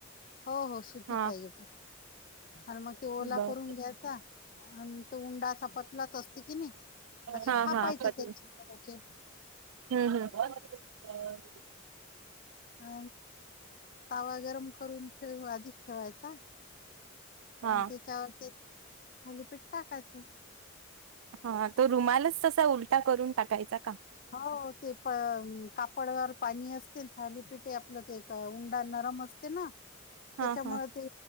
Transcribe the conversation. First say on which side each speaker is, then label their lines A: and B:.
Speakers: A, on the left; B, on the right.
A: हो हो सुती
B: हा
A: पाहिजे पण. आणि मग ते ओला
B: बर
A: करून घ्यायचा. आणि तो उंडा असा पतलाच असतो कि नाही. असे
B: हा
A: थापायचे
B: हा कट
A: त्याचे
B: हम्म हम.
A: अ तावा गरम करून ठेव आधी ठेवायचा.
B: हा
A: आणि तेच्यावरती थालीपिठ टाकायचं.
B: हा तो रुमालच तसा उलटा करून टाकायचा का?
A: हो ते प कापडवर पाणी असते. थालीपिठे आपलं ते उंडाणार. आरम असते ना.
B: हा
A: त्याच्यामुळे
B: हा
A: ते